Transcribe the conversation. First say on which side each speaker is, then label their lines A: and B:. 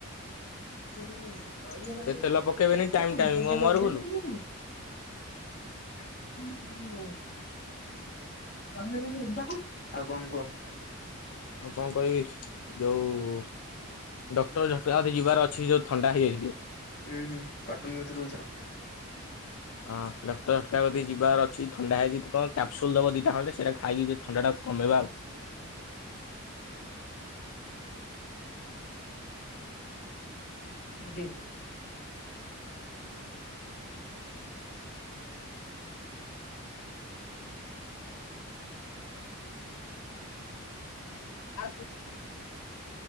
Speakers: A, on the left; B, on the left.
A: <unintelligible>
B: ସେ ତେଲ ପକେଇବେନି ଟାଇମ ଟାଇମ କଣ ମୋର ଭୁଲ
A: <unintelligible> <unintelligible> ଆଉ କଣ କୁହ?
B: ଆଉ କଣ କହିବି ଯୋଉ ଡକ୍ଟର ଝଟକା କତିକି ଯିବାର ଅଛି ଯଉ ଥଣ୍ଡା ହେଇଯାଇଛି।
A: ହୁଁ ହୁଁ କାଟୁନୁ ଭିତରକୁ ଯାଅ।
B: ହଁ ଡକ୍ଟର ଝଟକା କତିକି ଯିବାର ଅଛି ଥଣ୍ଡା ହେଇଛି କଣ କ୍ୟାପସୁଲ୍ ଦବ ଦିଇଟା ଖଣ୍ଡେ ସେଇଟା ଖାଇକି ଟିକେ ଥଣ୍ଡାଟା କମେଇବା ଆଉ।
A: <unintelligible>
B: <unintelligible> ଏ